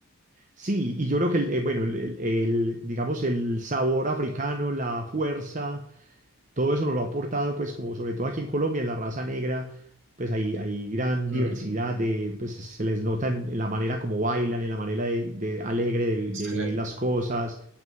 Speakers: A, on the right; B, on the right.
A: Sí, y yo creo que, el, eh, bueno, el, el- el, digamos, el sabor africano, la fuerza todo eso nos lo ha aportado, pues como sobre todo aquí en Colombia, en la raza negra, pues hay, hay gran diversidad
B: Uh -huh.
A: de, pues se les nota en, en la manera como bailan, en la manera de, de alegre de, vi-
B: Sí.
A: de vivir las cosas,